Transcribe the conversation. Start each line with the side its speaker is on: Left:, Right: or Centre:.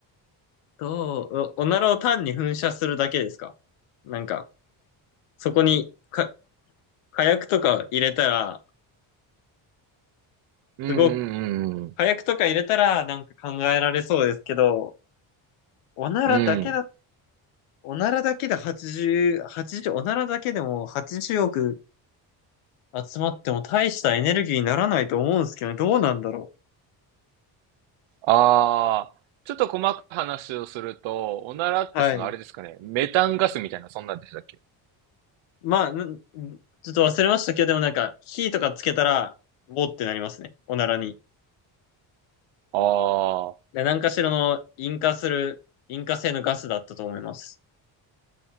Left: どう、おおならを単に噴射するだけですかなんか、そこにか、火薬とか入れたら、
Right: うんうん
Left: すごく、火薬とか入れたらなんか考えられそうですけど、おならだけだ、
Right: うんうん。うん。
Left: おならだけで80、80、おならだけでも80億集まっても大したエネルギーにならないと思うんですけどね、どうなんだろ
Right: ああ、ちょっと細かく話をすると、おならってそのあれですかね。
Left: う。はい。
Right: メタンガスみたいな、そんなんでしたっけ
Left: まあ、んちょっと忘れましたけど、でもなんか、火とかつけたら、ボーってなりますね。おならに。
Right: ああ
Left: で何かしらの引火する、引火性のガスだったと思います。